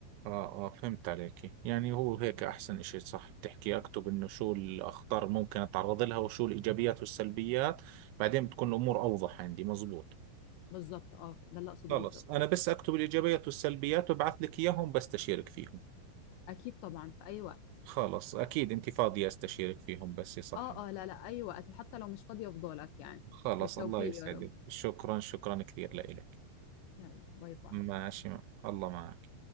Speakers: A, on the right (about 90°); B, on the left (about 80°).
A: آه آه فهمت عليك يعني هو هيك أحسن إشي صح بتحكي أكتب إنه شو الأخطار اللي ممكن أتعرض لها وشو الإيجابيات والسلبيات بعدين بتكون الأمور أوضح عندي مزبوط
B: بالظبط اه ده اللي اقصده
A: خلص
B: بالظبط
A: أنا بس أكتب الإيجابيات والسلبيات وببعث لك إياهم بستشيرك فيهم
B: اكيد طبعا في اي وقت
A: خلص أكيد أنت فاضية أستشيرك فيهم بس صح
B: اه اه لا لا اي وقت وحتى لو مش فاضية افضلك يعني
A: خلص
B: بالتوفيق
A: الله يسعدك
B: يا رب
A: شكرا شكرا كثير لإلك
B: يلا باي باي
A: ماشي الله معك